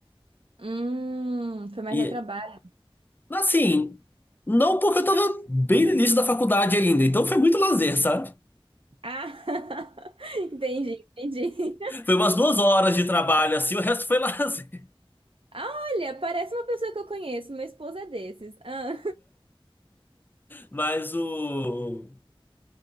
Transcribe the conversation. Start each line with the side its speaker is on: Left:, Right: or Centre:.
Right: Hum, foi mais
Left: E,
Right: a trabalho.
Left: assim, não porque eu tava bem no início da faculdade ainda, então foi muito lazer, sabe?
Right: Ah, <laughs> entendi, entendi.
Left: Foi umas duas horas de trabalho, assim, o resto foi <laughs> lazer.
Right: Ah, Olha, parece uma pessoa que eu conheço. Meu esposo é desses. Ah,
Left: Mas o.